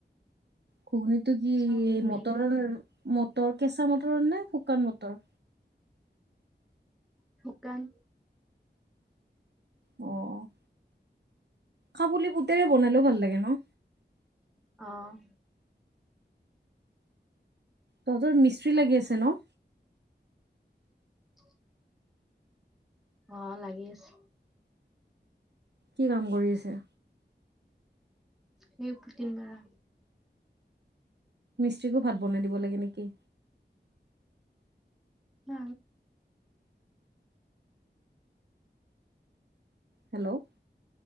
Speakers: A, on the right; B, in the centre.
A: ঘুগনিটো কি
B: চাওমিন
A: মটৰৰ
B: মেগী
A: মটৰ, কেঁচা মটৰৰ নে শুকান মটৰ?
B: শুকান।
A: অ'। কাবুলি বুতেৰে বনালেও ভাল লাগে ন?
B: অ'।
A: তহঁতৰ মিস্ত্ৰী লাগি আছে ন?
B: <inaudible> অ', লাগি আছে।
A: কি কাম কৰি আছে?
B: সেই পুটিন মাৰা।
A: মিস্ত্ৰীকো ভাত বনাই দিব লাগে নেকি?
B: হ
A: হেল্ল'